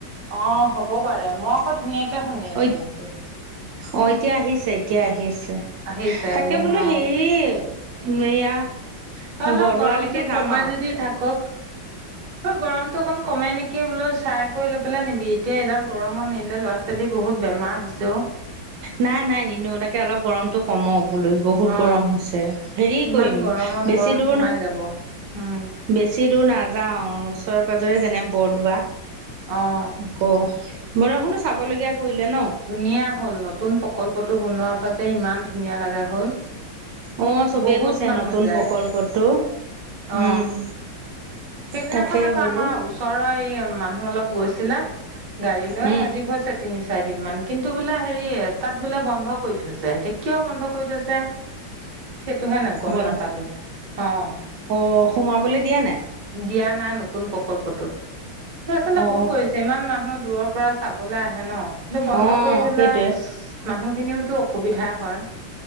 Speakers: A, on the right (about 40°); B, on the right (about 75°).
A: অ' হ'ব পাৰে মই আকৌ ধুনীয়াকে শুনি
B: অ
A: আছো কিন্তু।
B: অ' এতিয়া আহিছে এতিয়া আহি আছে
A: আহিছে
B: তাকে বোলো
A: অ
B: হেৰি। উম, এয়া
A: অলপ
B: বৰদোৱালৈকে
A: গৰমতটো
B: যাম
A: কমাই
B: আৰু
A: যদি থাক কওক গৰমটো অকন কমে নেকি বোলো চাই কৰি লৈ পেলাই নিবি এতিয়া এডাল গৰমত নিিলে ল'ৰা ছোৱালী বহুত বেমাৰ হৈছেও
B: নাই নাই নিনু তাকে অলপ গৰমটো কমক বোল বহুত
A: অ
B: গৰম হৈছে, হেৰি
A: ইমান
B: কৰিম
A: গৰমত
B: বেছি
A: গৰম
B: দূৰ
A: সোমাই
B: ন'।
A: যাব উম।
B: বেছি দূৰ নাযাওঁ ওচৰে পাজৰে যেনে বৰদোৱা।
A: অ'।
B: ক বৰষুনো চাবলগীয়া কৰিলে ন
A: ধুনীয়া হ'ল নতুন প্ৰকল্পটো বনোৱাৰ পা যে ইমান ধুনীয়া লগা হ'ল
B: অ চবেই
A: বহুত
B: কৈছে
A: মানুহ
B: নতুন
A: যায়
B: প্ৰকল্পতো
A: অ
B: উম
A: সেইদিনাখন
B: তাকে
A: আকৌ
B: বোলো
A: আমাৰ ওচৰৰ এই মানুহ অলপ গৈছ আছিলে, গাড়ী লৈ
B: উম
A: আজি হৈছে তিনি চাৰি দিনমান কিন্তু বোলে হেৰি তাত বোলে বন্ধ কৰি থৈছে এতিয়া কিয় বন্ধ কৰি থৈছে সেইটোহে নে গ'ম
B: বন্ধ
A: নাপালো অ'।
B: অ' সোমাবলে দিয়া নাই।
A: দিয়া নাই নতুন প্ৰকল্পটোত এটো আচলতে
B: অ
A: ভুল কৰিছে ইমান মানুহ দূৰ পৰা চাবলৈ আহে ন' কিন্তু বন্ধ
B: অ
A: কৰি থ'লে
B: সেইটোৱে
A: মানুহ খিনিওতো অসুবিধা হয়।